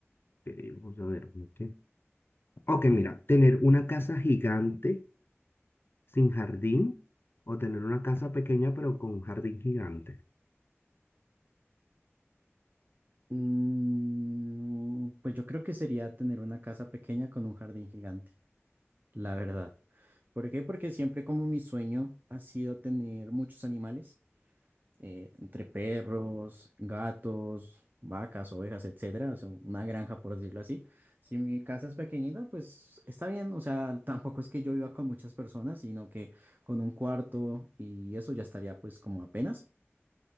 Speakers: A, on the left (about 50°); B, on the right (about 40°).
A: ok, vamos a ver. una que- Ok, mira, tener una casa gigante sin jardín o tener una casa pequeña pero con un jardín gigante.
B: Mm, pues yo creo que sería tener una casa pequeña con un jardín gigante, la verdad. ¿Por qué? Porque siempre como mi sueño ha sido tener muchos animales. eh, entre perros, gatos, vacas, ovejas, etcétera, o sea, una granja por decirlo así. Si mi casa es pequeñita, pues está bien, o sea, tampoco es que yo viva con muchas personas, sino que con un cuarto y eso ya estaría pues como apenas.